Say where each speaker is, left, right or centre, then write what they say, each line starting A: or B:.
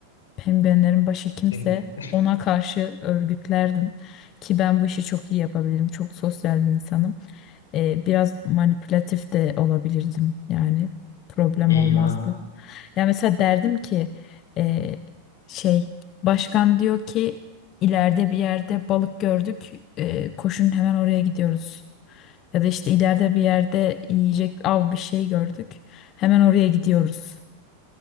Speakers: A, on the left (about 35°); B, on the left (about 65°).
A: Penguenlerin başı kimse
B: Penguen.
A: ona karşı örgütlerdim ki ben bu işi çok iyi yapabilirim. Çok sosyal bir insanım. Ee, biraz manipülatif de olabilirdim yani problem
B: <laughs> Eyvah.
A: olmazdı. Yani mesela derdim ki e, şey başkan diyor ki ileride bir yerde balık gördük e, koşun hemen oraya gidiyoruz. Ya da işte ileride bir yerde yiyecek av bir şey gördük hemen oraya gidiyoruz